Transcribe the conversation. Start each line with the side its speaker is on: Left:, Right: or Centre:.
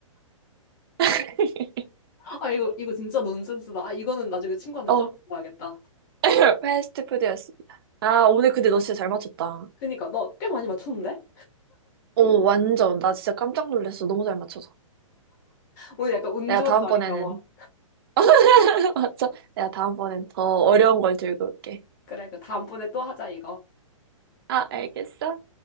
Right: <laughs>
Left: 아, 이거, 이거 진짜 논센스다. 아, 이거는 나중에 친구한테
Right: 어.
Left: 써먹어야겠다.
Right: <laughs> 패스트푸드였습니다. 아, 오늘 근데 너 진짜 잘 맞췄다.
Left: 그니까 너 꽤 많이 맞췄는데?
Right: 오, 완전. 나 진짜 깜짝 놀랐어. 너무 잘 맞춰서.
Left: 오늘 약간 운
Right: 내가
Left: 좋은
Right: 다음번에는,
Left: 날인가 봐.
Right: <laughs> 맞춰 내가 다음번엔 더 어려운 걸 들고 올게.
Left: 그래, 그 다음번에 또 하자, 이거.
Right: 아, 알겠어.